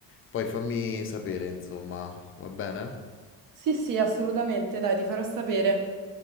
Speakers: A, on the left (about 35°); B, on the right (about 60°).
A: poi fammi sapere, insomma, va bene?
B: Sì, sì, assolutamente, dai, ti farò sapere.